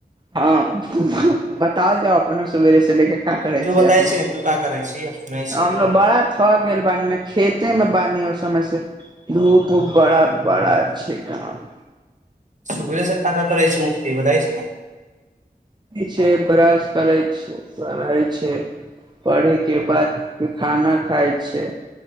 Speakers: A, on the right; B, on the right.
A: हँ, बताओ जाउ अपनो सवेरे से ले के करै
B: तू
A: छै,
B: बताय
A: अपने
B: ने तू का करै छी हम सुनै छी
A: हमरा
B: अभी।
A: बड़ा। गेल बानी ने खेतेमे बानी ओहि समयसे धूप बड़ा बड़ा छै काम
B: सुबह से ताकत रहै छै उठके बतायै छै ना
A: छै ब्रश करै छै पढ़ेके बाद खाना खाय छै,